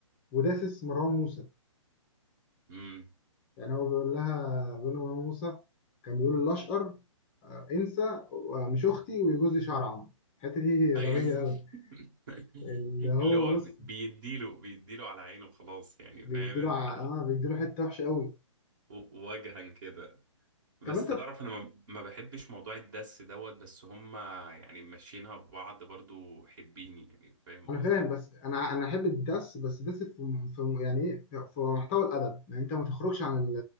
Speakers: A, on the left; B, on the right.
A: وداسس مروان موسى
B: <laughs> امم
A: يعني هو بيقول لها بيقول لمروان موسى كان بيقول الأشقر آه، انسى آه، مش أختي ويجوز لي شعر عمرو الحتة دي
B: أي-
A: غبية قوي
B: <laughs>
A: اللي
B: اللي
A: هو
B: هو
A: بص
B: بيديله بيديله على عينه خلاص يعني
A: بيديله
B: فاهم انت
A: ع- اه بيديله حته وحشه قوي
B: و- وجها كده بس
A: طب انت
B: تعرف انا ما ما بحبش موضوع الدس دوت بس هما يعني ماشيينها في بعض برضو حبيني يعني فاهم
A: انا
B: قصدي
A: فاهم بس انا انا احب الدس بس دس في, في يعني ايه في في محتوى الادب يعني انت ما تخرجش عن ال-